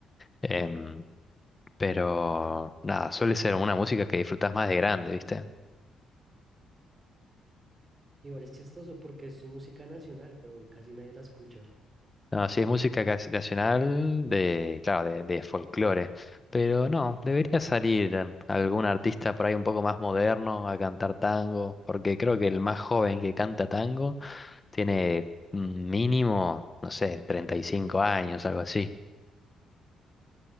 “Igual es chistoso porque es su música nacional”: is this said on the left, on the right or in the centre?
Right